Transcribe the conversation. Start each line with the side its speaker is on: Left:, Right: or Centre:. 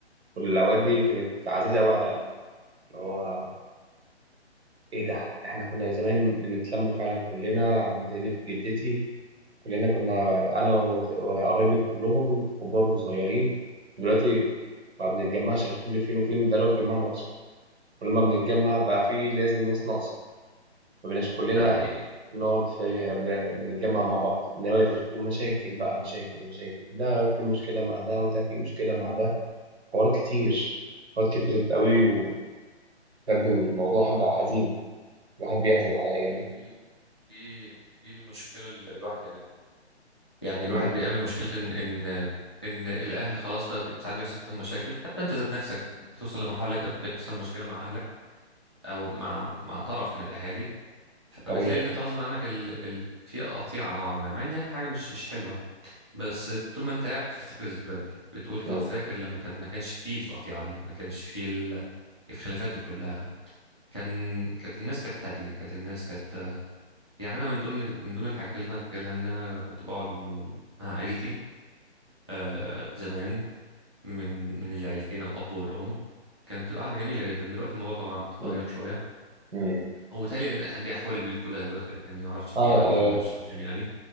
Right: والاوقات دي كانت عزيزه قوي على قلبي اللي هو ايه ده احنا كنا زمان بنتلم فعلا كلنا عند بيت جدتي كلنا كنا انا و- وقرايبي كلهم كبار وصغيرين دلوقتي ما بنتجمعش غير كل فين وفين ده لو اتجمعنا اصلا ولما بنتجمع
Left: ده حقيقي
Right: بقى في لازم ناس ناقصه ما بقيناش كلنا
Left: ده حقيقي
Right: بنقعد في ب- بنتجمع مع بعض نوادر ومشاكل بقى مشاكل مشاكل ده في مشكله مع ده وده في مشكله مع ده حوارات كتير حوارات كتير قوي وبجد الموضوع
Left: مم.
Right: بقى حزين الواحد بيحزن على الايام
Left: دي
Right: دي
Left: دي دي دي المشكله اللي الواحد بيقابلها يعني
Right: مم.
Left: الواحد بيقابل مشكله ان ان ان الاهل خلاص بقى بي- ساعات بيحصل فيهم مشاكل حتى انت ذات نفسك بتوصل لمرحله اللي انت بيحصل مشكله مع اهلك او مع مع طرف من الاهالي فبتلاقي
Right: طبيعي
Left: ان انت غصب عنك ال... ال... في قطيعه نوعا ما مع ان هي حاجه مش مش حلوه بس طول ما انت قاعد بتفتكر الذكريات دي بتقول طب
Right: مم.
Left: فاكر لما كان ما كانش فيه القطيعه دي ما كانش فيه ال... الخلافات دي كلها كان كانت الناس كانت هاديه كانت الناس كانت يعني انا من ضمن من ضمن الحاجات اللي انا فاكرها ان انا كنت بقعد م- مع عيلتي آه زمان من من العيلتين الاب والام كانت بتبقى قعده جميله جدا دلوقتي الموضوع طبعا اتغير
Right: مم.
Left: شويه
Right: مم.
Left: وبالتالي إن دي احوال البيوت كلها دلوقتي الايام دي ما اعرفش في
Right: اه
Left: ايه اعوذ بالله من الشيطان الرجيم يعني